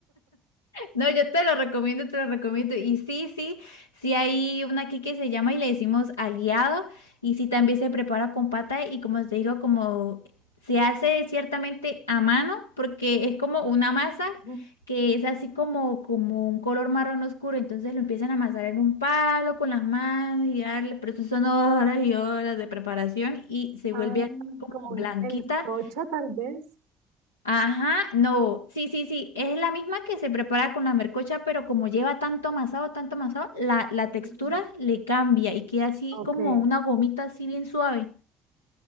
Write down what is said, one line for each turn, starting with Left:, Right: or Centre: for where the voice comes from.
Left: No, yo te lo recomiendo, te lo recomiendo. Y sí, sí, sí hay una aquí que se llama y le decimos aliado. Y sí también se prepara con pata y como te digo, como se hace ciertamente a mano porque es como una masa
Right: <laughs>
Left: que es así como, como un color marrón oscuro. Entonces lo empiezan a amasar en un palo con las manos y darle, pero eso son horas y horas de preparación y se
Right: Ah,
Left: vuelve así como
Right: como
Left: blanquita
Right: una melcocha, tal vez.
Left: Ajá, no, sí, sí, sí, es la misma que se prepara con la mercocha, pero como lleva tanto amasado, tanto amasado, la, la textura
Right: Mm.
Left: le cambia y queda así
Right: Ok.
Left: como una gomita así bien suave.